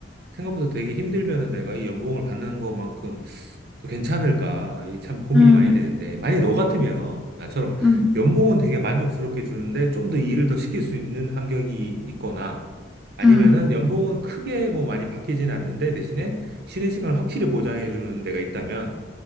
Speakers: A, on the right; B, in the centre.
A: 생각보다 되게 힘들면은 내가 이 연봉을 받는 것만큼 또 괜찮을까? 이 참 고민이
B: 음,
A: 많이 되는데 만약에 너 같으면 나처럼
B: 음,
A: 연봉은 되게 만족스럽게 주는데 좀 더 일을 더 시킬 수 있는 환경이 있거나 아니면은
B: 음,
A: 연봉은 크게 뭐 많이 바뀌진 않는데 대신에 쉬는 시간을 확실히 보장해 주는 데가 있다면